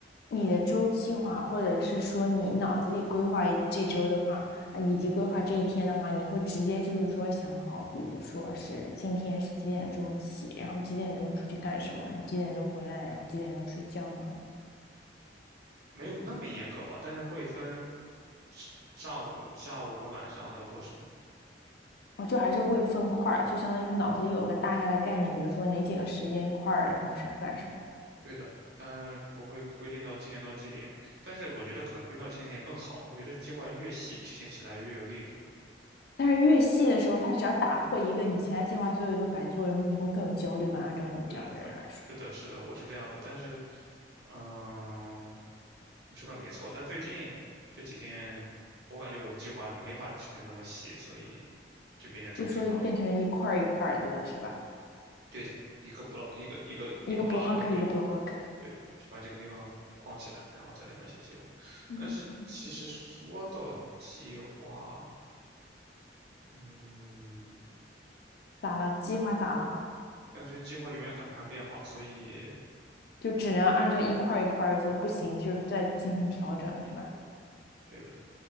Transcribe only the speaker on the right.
没有那么严格吧，但是会分是上午、下午和晚上要做什么。
对的，但不会规定到几点到几点。但是我觉得可能归到几点点更好。我觉得计划越细，执行起来越有力度。
是的，是的，是的，我是这样的。但是，嗯，你说的没错。但最近这几天，我感觉我的计划没法制定的那么细，所以就变成周计划了。
对的，一个 block 一个一个一个
block
里面
对的，就把这个地方框起来，然后在里面写计划。
但是其实说到计划，嗯，
感觉计划永远赶不上变化，所以
对的，